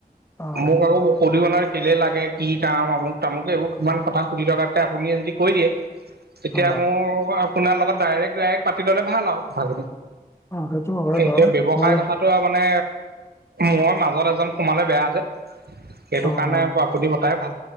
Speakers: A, on the left (about 15°); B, on the right (about 90°).
A: অ
B: মোক আৰু সোধিব ন কেলে লাগে কি কাম আমুক তামুক এইবোৰ কিমান কথা, সুধি টকাতকে আপুনিয়ে যদি কৈ দিয়ে তেতিয়া
A: অ
B: মোক আপোনাৰ লগত ডাইৰেক্ট ডাইৰেক্ট পাতি ল'লে ভাল আৰু ভাল
A: অ সেইটো হয়
B: এতিয়া
A: বাৰু
B: ব্যৱসায়
A: মই
B: কথাটো আৰু মানে মই মাজত এজন সোমালে বেয়া যে। সেইটো
A: অ
B: কাৰণে আপুনি বতাই ভাল